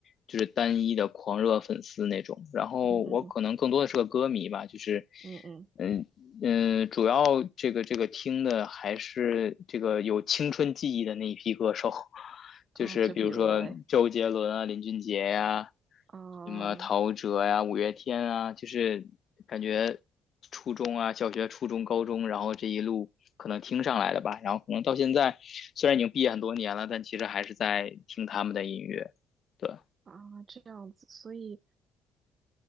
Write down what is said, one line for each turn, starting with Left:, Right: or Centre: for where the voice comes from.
Left: 就是单一的狂热粉丝那种，然后我可能更多的是个歌迷吧，
Right: 嗯嗯
Left: 就是
Right: 嗯嗯
Left: 嗯嗯，主要这个这个听的还是这个有青春记忆的那一批歌手，<laughs> 就是比如说周杰伦啊、
Right: 啊，就比如嘞，
Left: 林俊杰呀、
Right: 啊
Left: 什么陶喆呀、五月天啊，就是感觉初中啊、小学、初中、高中，然后这一路。可能听上来的吧。然后可能到现在，虽然已经毕业很多年了，但其实还是在听他们的音乐。对，
Right: 啊这样子，所以。